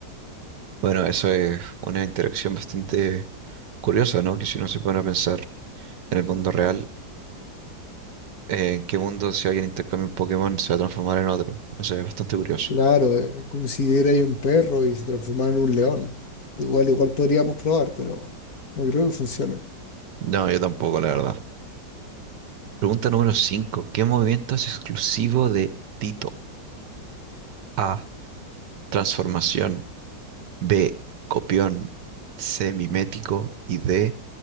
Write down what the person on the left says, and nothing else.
Claro, eh, como si era ahí un perro y se transformara en un león. Igual, igual podríamos probar, pero no creo que funcione.